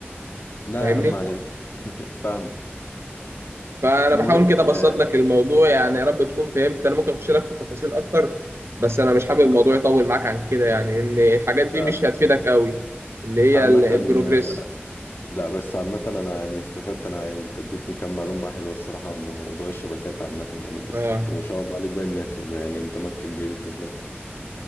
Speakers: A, on the left (about 60°); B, on the right (about 80°).
A: لا
B: فاهمني
A: يا عم علي <laughs> فاهم
B: فانا
A: المهم
B: بحاول كده ابسط
A: آه،
B: لك الموضوع يعني يا رب تكون فهمت انا ممكن اخش لك في التفاصيل اكتر بس انا مش حابب الموضوع يطول معاك عن كده يعني ان الحاجات دي
A: لا
B: مش هتفيدك قوي اللي هي
A: عامة
B: ال- البروجريس
A: آه، لا بس عامة أنا يعني استفدت أنا يعني أنت اديتني كم معلومة حلوة الصراحة عن موضوع الشبكات عامة يعني بس
B: اه
A: وما شاء الله عليك بقى إنك يعني متمكن بإذن الله